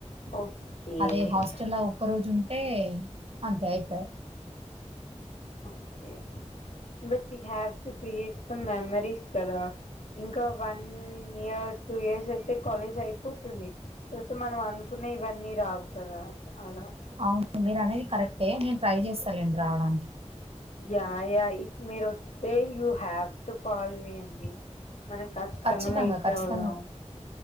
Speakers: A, on the left (about 75°); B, on the right (about 55°).
A: ఓకే
B: అదే హాస్టల్ ఒక్క రోజు ఉంటే అంతే అయిపోయ
A: okay but we have to create some memories కదా ఇంకా వన్ ఇయర్ టూ ఇయర్స్ అయితే కాలేజ్ అయిపోతుంది తర్వాత మనం అనుకున్న ఇవన్నీ రావు కదా అలా
B: అవును మీరు అనేది కరెక్టే నేను ట్రై చేస్త లేండి రావడానికి
A: యా యా ఇఫ్ మీరోస్తే you have to call me అండి మనం కాచ్చితంగ
B: ఖచ్చితంగా
A: మీటఉదం
B: ఖచ్చితంగా